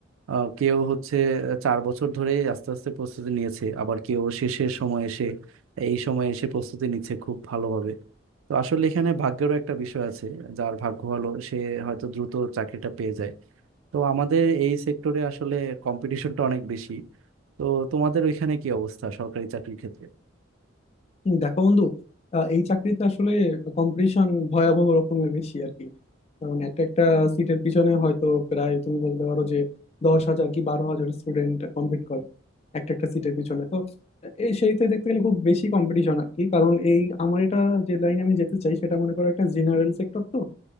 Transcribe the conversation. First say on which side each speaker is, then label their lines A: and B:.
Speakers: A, on the right; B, on the left.
A: আহ, কেউ হচ্ছে চার বছর ধরে আস্তে আস্তে প্রস্তুতি নিয়েছে আবার কেউ শেষের সময় এসে এই সময় এসে প্রস্তুতি নিচ্ছে খুব ভালোভাবে তো আসলে এখানে ভাগ্যেরও একটা বিষয় আছে যার ভাগ্য ভালো সে হয়তো দ্রুত চাকরিটা পেয়ে যায় তো আমাদের এই সেক্টরে আসলে কম্পিটিশনটা অনেক বেশি তো তোমাদের ওইখানে কি অবস্থা সরকারি চাকরির ক্ষেত্রে
B: হুম, দেখো বন্ধু আহ, এই চাকরিতে আসলে কম্পিটিশন ভয়াবহ রকমের বেশি আর কি কারণ একটা একটা সিটের পিছনে হয়তো প্রায় তুমি বলতে পারো যে দশ হাজার কি বারো হাজার স্টুডেন্ট কম্পিট করে একটা একটা সিটের পিছনে তো এই সেইতে দেখতে গেলে খুব বেশি কম্পিটিশন আর কি কারণ এই আমার এটা যে লাইনে আমি যেতে চাই সেটা মনে করো একটা জেনারেল সেক্টর তো